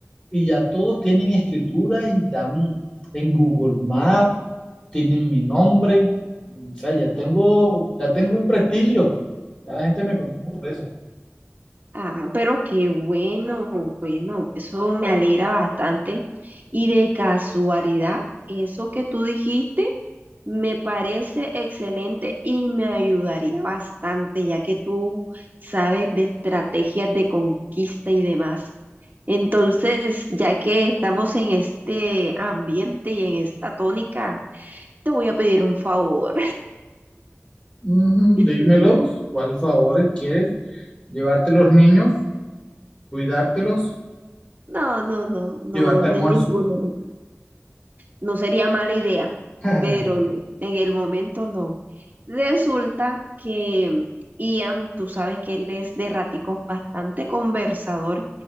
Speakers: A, on the left; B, on the right.
A: Y ya todos tienen escritura y están en Google Maps, tienen mi nombre. O sea, ya tengo, ya tengo un prestigio. Ya la gente me conoce por eso.
B: Ah, pero qué bueno, bueno, eso me alegra bastante. Y de casualidad, eso que tú dijiste me parece excelente y me ayudaría bastante, ya que tú sabes de estrategias de conquista y demás. Entonces, ya que estamos en este ambiente y en esta tónica, te voy a pedir un favor.
A: Ujú,
B: <laughs>
A: dímelos, ¿cuál favor quieres? ¿Llevarte los niños? ¿Cuidártelos?
B: No, no, no, no,
A: ¿Llevarte
B: no
A: almuerzo?
B: es ninguno. no sería mala idea,
A: <laughs>
B: pero no, en el momento no. Resulta que mm, Ian, tú sabes que él es de raticos bastante conversador